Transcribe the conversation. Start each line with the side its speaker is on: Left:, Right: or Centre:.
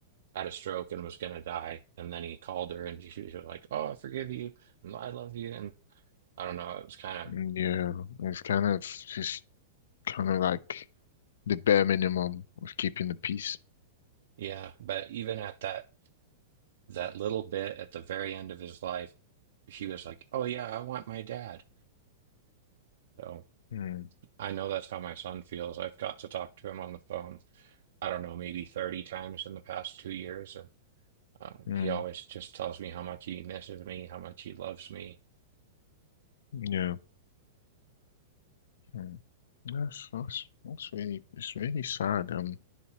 Right: had a stroke and was going to die. And then he called her, and she she was like, "Oh, I forgive you, and I love you," and I don't know. It was kind of
Left: Yeah. It's kind of just kind of like the bare minimum of keeping the peace.
Right: Yeah, but even at that that little bit at the very end of his life, he was like, "Oh yeah, I want my dad." So
Left: Mm,
Right: I know that's how my son feels. I've got to talk to him on the phone. I don't know, maybe 30 times in the past two years. And uh,
Left: mm,
Right: he always just tells me how much he misses me, how much he loves me.
Left: yeah. mm. That's that's that's really it's really sad. Um,